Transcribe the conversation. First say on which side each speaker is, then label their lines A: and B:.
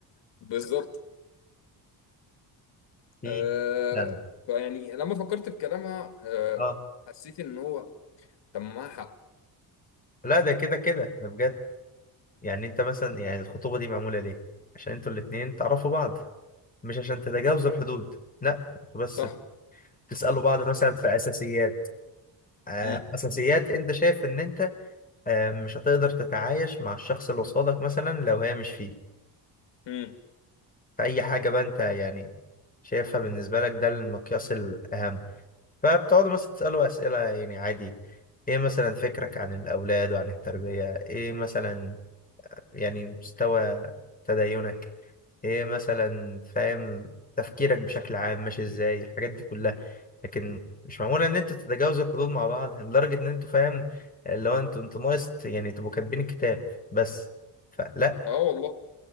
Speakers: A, on the left; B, on the left.
A: بالظبط
B: في
A: آه...
B: يعني
A: فيعني لما فكرت في كلامها آه...
B: اه
A: حسيت ان هو طب ما معاها حق
B: لا ده كده كده ده بجد يعني انت مثلا يعني الخطوبه دي معموله ليه عشان انتوا الاتنين تعرفوا بعض مش عشان تتجاوزوا الحدود لا انتوا بس
A: صح
B: بتسالوا بعض مثلا في اساسيات آه،
A: مم.
B: اساسيات انت شايف ان انت آه، مش هتقدر تتعايش مع الشخص اللي قصادك مثلا لو هي مش فيه
A: امم
B: فأي حاجة بقى أنت يعني شايفها بالنسبة لك ده المقياس الأهم فبتقعدوا مثلا تسألوا أسئلة يعني عادي إيه مثلا فكرك عن الأولاد وعن التربية إيه مثلا يعني مستوى تدينك إيه مثلا فاهم تفكيرك بشكل عام ماشي إزاي الحاجات دي كلها لكن مش معمولة إن أنتوا تتجاوزوا الحدود مع بعض لدرجة إن أنتوا فاهم اللي هو أنتوا أنتوا ناقص يعني تبقوا كاتبين الكتاب بس فلا
A: اه والله